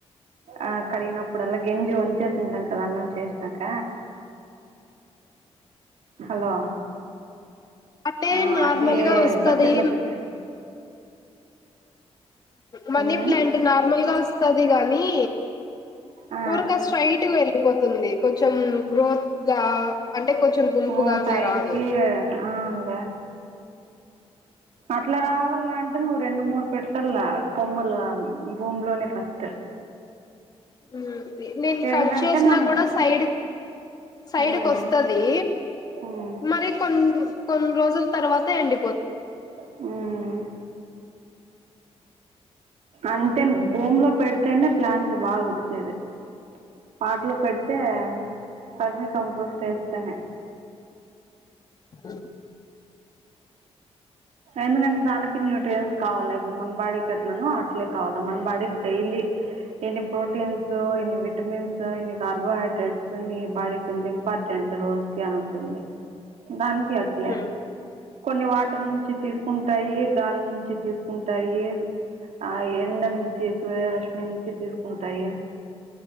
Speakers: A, on the right; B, on the left.
A: ఆ కడిగినప్పుడు అలా గింజి వంచేసింటాం కదా అన్నం చేసినాక హలో
B: అంటే
A: ఆ
B: నార్మల్గా
A: అది
B: వస్తుది
A: బకెట్ లో పెట్టే
B: మనీ
A: ఉమ్
B: ప్లాంట్ నార్మల్గా వస్త కాని
A: ఆ
B: <unintelligible> స్ట్రై వె గిపోతుంది కొంచెం గో గా అంటే కొంచెం గుంపుగా
A: ఉమ్
B: అట్లా
A: సైడ్
B: రాదు
A: కి అవునులే అట్లా రావాల అంటే నువ్వు రెండు మూడు పెట్టాల కొమ్మల భూమిలోనే ఫస్ట్
B: మ్మ్ నేను
A: ఎందుకంటే
B: కట్ చేసినా
A: మనం
B: కూడా సైడ్ సైడ్కి
A: ఉమ్
B: వస్తుంది
A: ఉమ్
B: మరి కొన్ని కొన్ని రోజుల తర్వాత ఎండి
A: మ్మ్ అంతే భూమి లో పెడితేనే ప్లాన్స్ బాగా వచ్చేది <unintelligible> పెడితే పర్మి కంపోస్ట్ వేస్తేనే
B: అ
A: ఎందుకంటే దానికి న్యూట్రియన్స్ కావాలా ఇప్పుడు మన బాడీకి అట్లనో అట్లే కావాలా మన బాడీకి డైలీ ఇన్ని ప్రోటీన్స్ ఇన్ని విటమిన్స్ ఇన్ని కార్బోహైడ్రేట్స్ నీ బాడీ కింద ఇంపార్టెంట్ రోజు కి అను <unintelligible> దానికి అట్లే
B: మ్.
A: కొన్ని వాటర్ నుంచి తీసుకుంటాయి గాలి నుంచి తీసుకుంటాయి ఆ ఎండ నుంచి సూర్యరశ్మి నుంచి తీసుకుంటాయి